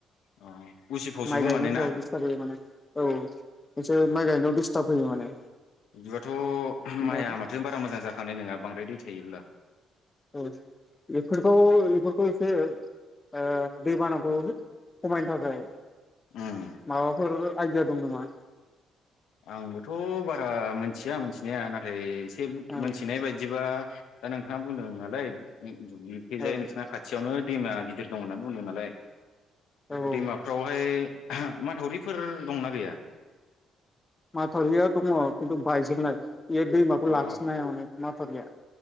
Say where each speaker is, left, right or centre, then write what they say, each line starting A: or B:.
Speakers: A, on the left (about 80°); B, on the left (about 25°).
A: अ उसिफावजोबो
B: माइ गायनायफोराव
A: माने ना
B: दिस्ताब होयो माने औ। एसे
A: अ
B: माइ गायनायाव दिस्टार्ब होयो माने
A: बिदिबाथ'
B: बिराद।
A: माइया माथो बारा मोजां जाखांनाय नङा बांद्राय दै थायोब्ला।
B: ओ बेफोरखौ बेफोरखौ एसे ओ दै बानाखौ खमायनो थाखाय
A: उम
B: माबाफोर आइदिया दं नामा?
A: आंबोथ' बारा मिथिया मिथिनाया नाथाय ए
B: ओ औ
A: मोनथिनाय बायदिबा दा नोंथाङा बुंदों नालाय दुब्लिखैजाय
B: औ
A: नोंसिना खाथियावनो दैमा गिदिर दं होनना बुंदों नालाय
B: औ
A: दैमाफ्रावहाय माथावरिफोर दंना गैया?
B: माथावरिया दङ खिन्थु बायजोबनाय। बियो दैमाखौ
A: अ
B: लाखिनाय <unintelligible> माथौरिआ